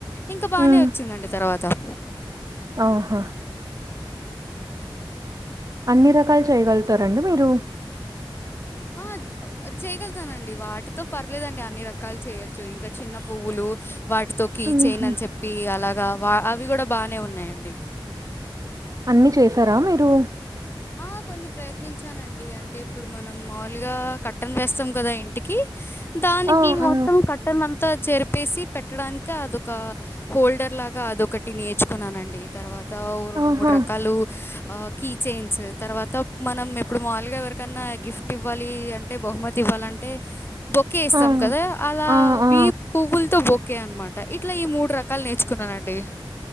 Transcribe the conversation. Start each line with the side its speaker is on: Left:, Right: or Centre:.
Left: ఇంకా బాగానే
Right: హ్మ్.
Left: వచ్చిందండి తర్వాత త
Right: ఆహా అన్ని రకాలు చేయగలుగుతారండి మీరు
Left: ఆ చేయగగుతానండి వాటితో పర్లేదండి అన్ని రకాలు చేయొచ్చు ఇంకా చిన్న పువ్వులు వాటితో కీ
Right: హుహు.
Left: చేయిన్ అని చెప్పి అలాగా వా అవి కూడా బానే ఉన్నాయండి
Right: అన్ని చేశారా మీరు
Left: ఆ కొన్ని ప్రయత్నించా నం అండి అంటే ఇప్పుడు మనం మాములుగా కర్టన్ వేస్తాం కదా ఇంటికి దానికి
Right: ఆ!
Left: మొత్తం
Right: ఆ!
Left: కటన్ అంతా చెరిపేసి పెట్ట పెట్టడానికి అదొక హోల్డర్ లాగా అదొకటి నేర్చుకున్నానండి తర్వాత తావు రెండు
Right: ఆహా!
Left: మూడు రకాలు కీ చైన్ తర్వాత మనం ఇప్పుడు మాముూలుగా ఎవరికన్నా గిఫ్ట్ ఇవ్వాలి అంటే బహుమతి ఇవ్వాలంటే బొకే ఇస్తాం
Right: ఆ!
Left: కదా అలా
Right: ఆ! ఆ!
Left: వి పువ్వులతో బొ కే అనమాట ఇట్లా ఈ మూడు రకాలు నేర్చుకున్నానండి